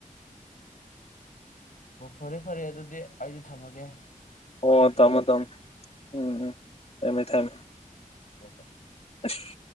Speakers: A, on the left (about 75°); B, on the left (about 45°).
A: ꯍ ꯐꯔꯦ ꯐꯔꯦ ꯑꯗꯨꯗꯤ ꯑꯩꯁꯨ ꯊꯝꯃꯒꯦ
B: ꯑꯣ
A: ꯊꯕꯛ ꯑꯝꯇ
B: ꯊꯃꯣ
A: ꯇꯧꯈꯤꯒꯦ
B: ꯊꯝ ꯎꯝ ꯎꯝꯃꯦ ꯊꯃꯦ
A: ꯍ ꯍꯣꯏ
B: ꯑꯁ